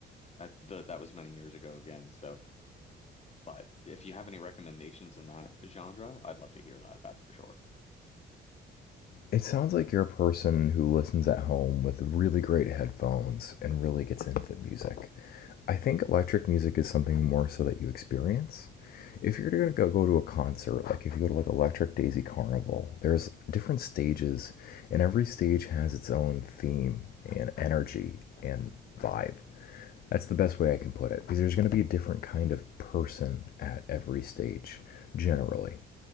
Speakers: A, on the left; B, on the left.
A: that the, that was many years ago again, so. But if you have any recommendations in that genre, I'd love to hear that. That's for sure.
B: It sounds like you're a person who listens at home with really great headphones and really gets into the music. I think electric music is something more so that you experience. If you're gonna go, go to a concert, like if you go to like Electric Daisy Carnival, there's different stages, and every stage has its own theme and energy and vibe. That's the best way I can put it, because there's gonna be a different kind of person at every stage, generally.